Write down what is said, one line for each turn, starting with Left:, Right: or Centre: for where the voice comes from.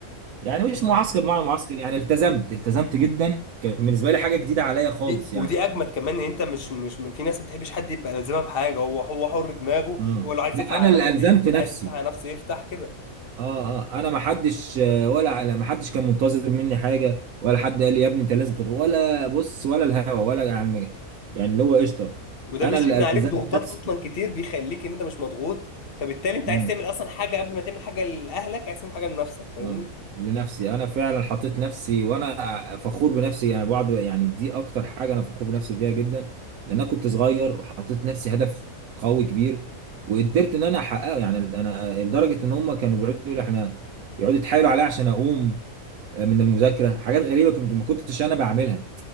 Right: يعني مش
Left: آه.
Right: معسكر مع المعسكر يعني التزمت التزمت جدا كان بالنسبه لي حاجه جديده عليا خالص
Left: دي ودي
Right: يعني
Left: اجمد كمان ان انت مش مش في ناس ما بتحبش حد يبقى لازمها بحاجه هو هو حر دماغه
Right: آه.
Left: هو لو عايز
Right: لا
Left: يقفل على
Right: انا اللي
Left: نفسه
Right: الزمت
Left: يقفل
Right: نفسي
Left: عايز يفتح على نفسه يفتح كده
Right: اه اه انا ما حدش ولا على ما حدش كان منتظر مني حاجه ولا حد قال لي يا ابني انت لازم تطلع ولا بص ولا الهوا ولا على المجال يعني اللي هو قشطه
Left: وده
Right: انا
Left: بيشيل
Right: اللي
Left: من عليك
Right: الزمت
Left: ضغوطات
Right: نفسي
Left: اصلا كتير بيخليك ان انت مش مضغوط فبالتالي انت
Right: امم
Left: عايز تعمل اصلا حاجه قبل ما تعمل حاجه لاهلك عايز تعمل حاجه لنفسك فاهمني
Right: اه لنفسي انا فعلا حطيت نفسي وانا فخور بنفسي يعني بعض يعني دي اكتر حاجه انا فخور بنفسي فيها جدا لان انا كنت صغير وحطيت نفسي هدف قوي كبير وقدرت ان انا احققه يعني انا لدرجه ان هم كانوا بيقعدوا يقولوا احنا يقعدوا يتحايلوا عليا عشان اقوم من المذاكره حاجات غريبه كنت ما كنتش انا بعملها